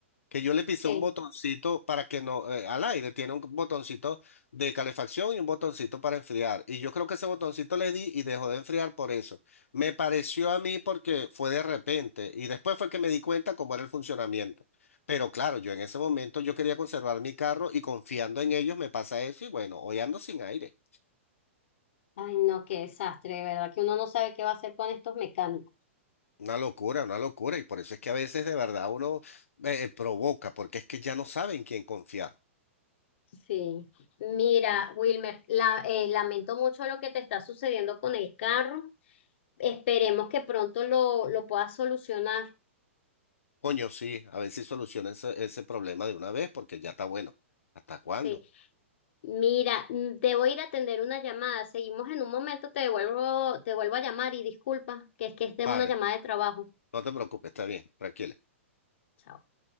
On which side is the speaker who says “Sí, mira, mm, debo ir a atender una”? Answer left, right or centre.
Left